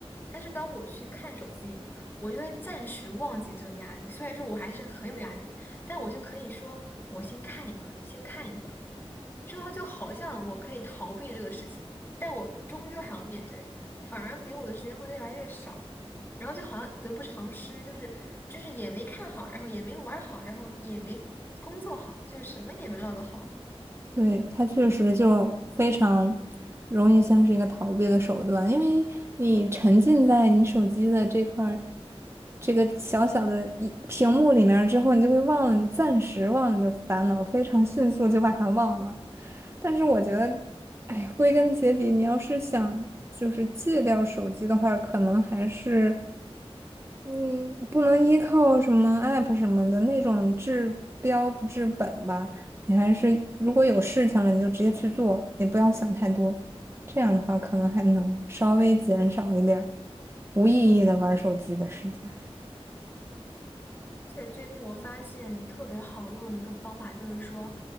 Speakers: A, on the left; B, on the right.
A: 但是当我去看手机，我就会暂时忘记这个压力。虽然说我还是很有压力，但我就可以说我先看一会儿，先看一会儿，这样就好像我可以逃避这个事情，但我终究还要面对，反而给我的时间会越来越少。然后就好像得不偿失，就是就是也没看好，然后也没玩儿好，然后也没工作好，就是什么也没落得好。
B: 对，它确实就非常容易像是一个逃避的手段，因为你沉浸在你手机的这块。这个小小的一屏幕里面儿之后，你就会忘了，你暂时忘了你的烦恼，非常迅速就把它忘了。但是我觉得，哎归根结底，你要是想就是戒掉手机的话，可能还是嗯，不能依靠什么 app 什么的那种治标不治本吧。你还是如果有事情了，你就直接去做，也不要想太多。这样的话，可能还能稍微减少一点儿无意义的玩手机的时间。
A: 而且最近我发现特别好用的一个方法就是说，